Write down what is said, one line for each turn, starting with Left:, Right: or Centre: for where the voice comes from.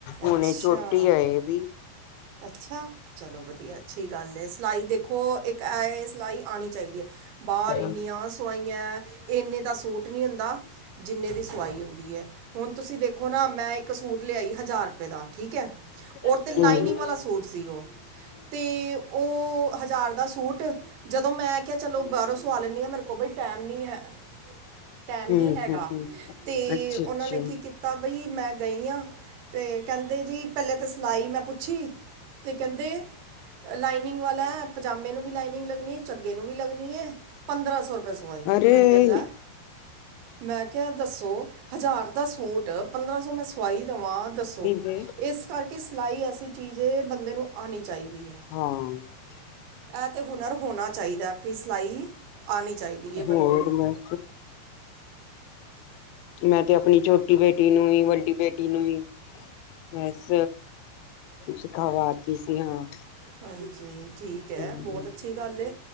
Right: ਅੱਛਾ
Left: ਹੁਣੇ ਛੋਟੀ ਏ ਏਹ ਬੀ।
Right: ਅੱਛਾ, ਚਲੋ ਵਧੀਆ ਅੱਛੀ ਗੱਲ ਏ। ਸਿਲਾਈ ਦੇਖੋ ਇੱਕ ਅਏ ਸਿਲਾਈ ਆਣੀ ਚਾਈਦੀ ਏ ਬਾਰ
Left: ਅੱਛਾ
Right: ਇਨੀਆਂ ਸਵਾਈਯੈ। ਏਨੇ ਦਾ ਸੂਟ ਨੀਂ ਹੂੰਦਾ ਜਿੰਨੇ ਦੀ <unintelligible> ਸੁਆਈ ਹੁੰਦੀ ਐ, ਹੁਣ ਤੁਸੀਂ ਦੇਖੋ ਨਾ ਮੈਂ ਇੱਕ ਸੂਟ ਲਿਆਈ ਹਜ਼ਾਰ ਰੁਪਏ ਦਾ। ਠੀਕ ਐ, ਔਰ
Left: ਹੂੰ
Right: ਤੇ ਲਾਈਨਿੰਗ ਵਾਲਾ ਸੂਟ ਸੀ ਓਹ, ਤੇ ਔ ਹਜ਼ਾਰ ਦਾ ਸੂਟ। ਜਦੋਂ ਮੈਂ ਕਿਹਾ ਚਲੋ ਬਾਰੋਂ ਸਵਾ ਲੈਂਦੀ ਆਂ ਮੇਰੇ ਕੋਲ ਬਈ ਟੈਮ ਨੀਂ ਹੈ। ਟੈਮ
Left: ਹੂੰ
Right: ਨੀਂ ਹੈਗਾ
Left: ਹੂੰ
Right: ਤੇ
Left: ਅੱਛਾ ਅੱਛਾ
Right: ਔਨਾਂ ਨੇਂ ਕੀ ਕਿ ਤਾ ਬਈ ਮੈਂ ਗਈ ਆਂ ਤੇ ਕੈੰਦੇ ਜੀ ਪੈਲੇ ਤੇ ਸਿਲਾਈ ਮੈਂ ਪੁੱਛੀ। ਤੇ ਕੈੰਦੇ ਲਾਈਨਿੰਗ ਵਾਲਾ, ਪਜਾਮੇ ਨੂੰ ਵੀ ਲਾਈਨਿੰਗ ਲੱਗਣੀ ਏ, ਝੱਗੇ ਨੂੰ ਵੀ ਲੱਗਣੀ ਏ, ਪੰਦਰਾਂ ਸੌ ਰਪੇ ਪੇ ਸਵਾਈ।
Left: ਅਰੇ
Right: ਮੈਂ ਕਿਹਾ ਲੈ। ਮੈਂ ਕਿਐ ਦੱਸੋ? ਹਜ਼ਾਰ ਦਾ ਸੂਟ ਪੰਦਰਾਂ ਸੌ ਮੈਂ ਸਵਾਈ ਦੇਵਾਂ ਦੱਸੋ।
Left: ਦਈ।
Right: ਇਸ ਕਰਕੇ ਸਿਲਾਈ ਐਸੀ ਚੀਜ਼ ਏ ਬੰਦੇ ਨੂੰ ਆਣੀ ਚਾਈਦੀ ਐ।
Left: ਹਾਂ।
Right: ਇਹ ਤਾਂ ਹੁਨਰ ਹੋਣਾ ਚਾਈਦਾ ਕਿ ਸਿਲਾਈ ਆਣੀ ਚਾਹੀਦੀ ਹੈ
Left: ਹੋ
Right: ਬੰਦੇ ਨੂੰ
Left: ਮ ਹ ਮੈਂ ਤੇ ਆਪਣੀ ਛੋਟੀ ਬੇਟੀ ਨੂੰ ਨੀਂ, ਵੱਡੀ ਬੇਟੀ ਨੂੰ ਵੀਂ ਬਸ ਸਿਖਾਵਾਤੀ ਸੀ ਹਾਂ।
Right: ਹਾਂਜੀ ਠੀਕ ਐ।
Left: ਹੂੰ
Right: ਬਹੁਤ ਅੱਛੀ ਗੱਲ ਏ।